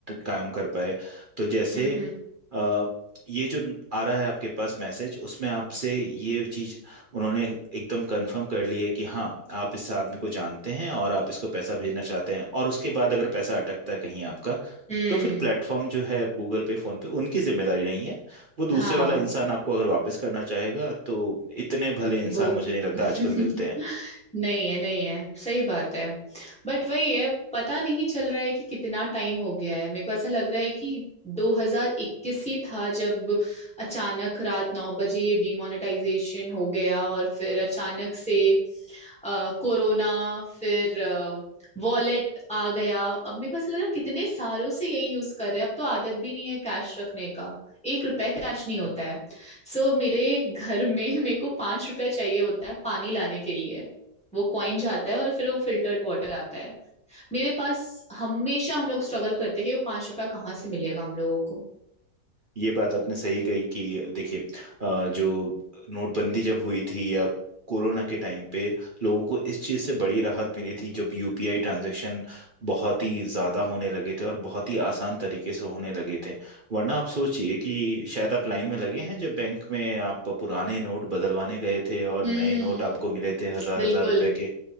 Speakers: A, on the right (about 45°); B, in the centre.
A: काम कर पाए तो जैसे
B: हम्म
A: अ, ये जो आ रहा है आपके पास मैसेज उसमें आपसे ये चीज उन्होंने एकदम कंफर्म कर ली है कि हाँ आप इस आदमी को जानते हैं और आप इसको पैसा भेजना चाहते हैं और उसके बाद अगर पैसा अटकता है कहीं आपका
B: हम्म
A: तो फिर
B: हम्म,
A: प्लेटफॉर्म जो है गूगल पे फोन पे उनकी जिम्मेदारी नहीं है वो दूसरे
B: हाँ
A: वाला इंसान आपको अगर वापस करना चाहेगा तो इतने भले इंसान
B: वो
A: मुझे नहीं लगता
B: <laughs>
A: आजकल मिलते हैं
B: नहीं है नहीं है सही बात है बट वही है पता नहीं चल रहा है कि कितना टाइम हो गया है मेरे को ऐसा लग रहा है कि 2021 ही था जब अचानक रात नौ बजे ये डिमोनेटाइजेशन हो गया और फिर अचानक से अ, कोरोना फिर वॉलेट आ गया अब मेरे को ऐसा लगा कितने सालों से यही यूज कर रहे हैं अब तो आदत भी नहीं है कैश रखने का एक रुपए कैश नहीं होता है सो so, मेरे घर में <laughs> मेरे को पांच रुपए चाहिए होता है पानी लाने के लिए वो कॉइन जाता है और फिर वो फिल्टर्ड वाटर आता है मेरे पास हमेशा हम लोग स्ट्रगल करते हैं कि वो पांच रुपया कहाँ से मिलेगा हम लोगों को
A: ये बात आपने सही कही कि देखिए अ, जो नोटबंदी जब हुई थी या कोरोना के टाइम पे लोगों को इस चीज़ से बड़ी राहत मिली थी जब यूपीआई ट्रांजैक्शन बहुत ही ज़्यादा होने लगे थे और बहुत ही आसान तरीके से होने लगे थे वरना आप सोचिए कि शायद आप लाइन में लगे हैं जब बैंक में आप पुराने नोट बदलवाने गए थे और
B: हम्म
A: नए नोट आपको मिले थे हज़ार
B: बिल्कुल
A: हज़ार रुपए के